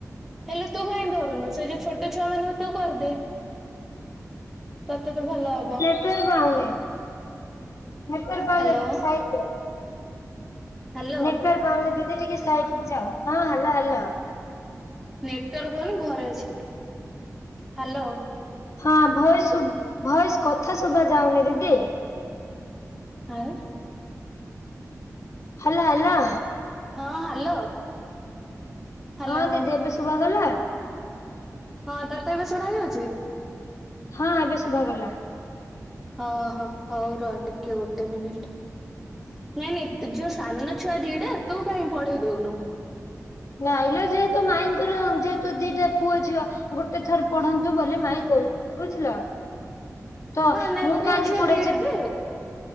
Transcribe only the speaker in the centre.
ହେଲେ ତୁ କାଇଁ ଧରୁନୁ ସେ ଯୋଉ ଛୋଟ ଛୁଆ ମାନଙ୍କୁ ତୁ କରିଦେ। ତତେ ତ ଭଲ ହବ।
ହ୍ୟାଲୋ
ହ୍ୟାଲୋ
ନେଟୱାର୍କ ପାଉନି ଘରେ ଅଛି। ହ୍ୟାଲୋ
ଆରେ
ହଁ ହ୍ୟାଲୋ? ହ୍ୟାଲୋ
ହଁ ତତେ ଏବେ ଶୁଣା ଯାଉଛି?
ହ ହୋ ହଉ ର ଟିକେ ଗୋଟେ ମିନିଟ। ନାଇଁ ନାଇଁ ଯୋଉ ସାନ ଛୁଆ ଦିଟା ତୁ କାହିଁ ପଢେଇ ଦଉନୁ?
ହଁ ନାଇଁ
ପୁଅ
ଝିଅ
ଦିଟା ଯେ